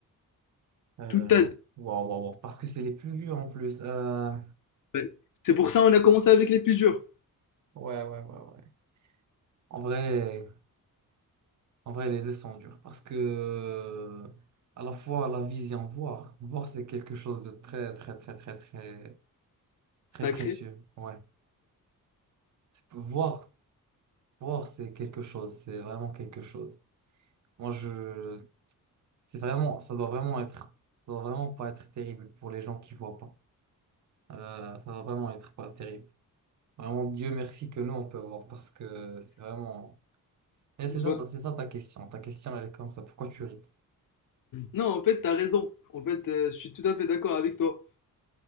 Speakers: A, on the right; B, on the left.
A: Euh,
B: Tout à
A: wow, wow, wow. Parce que c'est les plus durs en plus. Euh,
B: fait. C'est pour ça qu'on a commencé avec les plus durs.
A: ouais, ouais, ouais, ouais. En vrai, en vrai, les deux sont durs. Parce que euh, à la fois la vision, voir. Voir, c'est quelque chose de très, très, très, très, très,
B: Sacré.
A: très précieux. Ouais. Voir, voir, c'est quelque chose. C'est vraiment quelque chose. Moi, je, C'est vraiment, ça doit vraiment être, ça doit vraiment pas être terrible pour les gens qui voient pas. Euh, ça doit vraiment être pas terrible. Vraiment, Dieu merci que nous on peut voir parce que c'est vraiment. Et c'est
B: Je
A: ça,
B: vois.
A: c'est ça ta question. Ta question, elle est comme ça. Pourquoi tu ris?
B: Non, en fait, tu as raison. En fait, euh, je suis tout à fait d'accord avec toi.